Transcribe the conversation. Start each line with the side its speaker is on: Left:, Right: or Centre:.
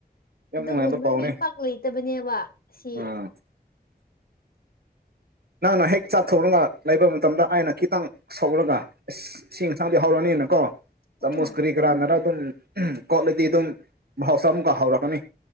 Right: ꯌꯥꯝ
Left: ꯑꯗꯨꯒꯨꯝꯕ
Right: ꯅꯨꯡꯉꯥꯏꯕ ꯄꯥꯎꯅꯦ
Left: ꯃꯤ ꯄꯥꯛ ꯂꯩꯇꯕꯅꯦꯕ ꯁꯤ
Right: ꯎꯝ ꯅꯪꯅ ꯍꯦꯛ ꯆꯥꯊꯣꯛꯂꯒ ꯂꯩꯕ ꯃꯇꯝꯗ ꯑꯩꯅ ꯈꯤꯇꯪ ꯁꯧꯔꯒ ꯑꯁ ꯁꯤ ꯏꯟꯁꯥꯡꯗꯤ ꯍꯧꯔꯅꯤꯅ ꯀꯣ
Left: ꯎꯝ
Right: ꯆꯥꯃꯨꯁ ꯀꯔꯤ ꯀꯔꯥꯅꯗ ꯗꯨꯝ ꯑꯝꯍ ꯀꯣꯠꯂꯗꯤ ꯗꯨꯝ ꯃꯍꯥꯎꯁꯥ ꯃꯨꯛꯀ ꯍꯧꯔꯛꯀꯅꯤ꯫